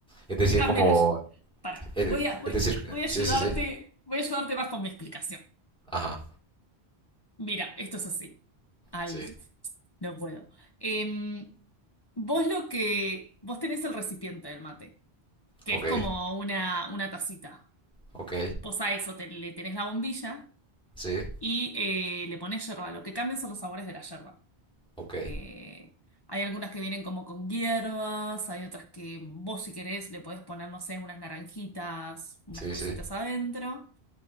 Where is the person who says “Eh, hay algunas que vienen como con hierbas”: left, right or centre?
Left